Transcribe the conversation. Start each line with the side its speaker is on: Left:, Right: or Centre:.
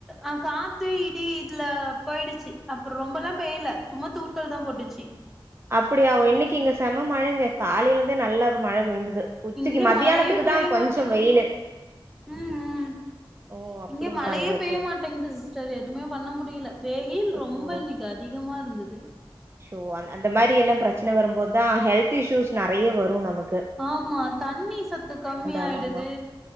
Centre: அ காத்து இடி இதுல போய்டுச்சி அப்போ ரொம்பெல்லா பெய்யில சும்மா தூர்த்தல் தா போட்டுச்சி
Right: அப்படியா ஒ இன்னைக்கு இங்க செம்ம மழங்க காலையிலந்தே நல்ல ஒரு மழ பெய்ந்தது உச்சிக்கு
Centre: இங்க
Right: மத்யானத்துக்கு
Centre: மழையே பெய்ய
Right: தா கொஞ்சோ
Centre: மாட்டேங்குது
Right: வெயிலு
Centre: ம் ம்
Right: ஓ அப்படிங்களா
Centre: இங்க மழையே
Right: உங்களுக்கு
Centre: பெய்ய மாட்டேங்கிது சிஸ்டர் எதுமே பண்ண முடியில வெயில்
Right: ஐயோ
Centre: ரொம்ப இன்னைக்கு அதிகமா இருந்தது
Right: ஷோ அந் அந்த மாரி எல்லா பிரச்சன வரும்போதா ஹெல்த் இஷியூஸ் நெறைய வரு நமக்
Centre: ஆமா தண்ணி சத்து கம்மி
Right: ஆமா
Centre: ஆயிடுது
Right: ஆமா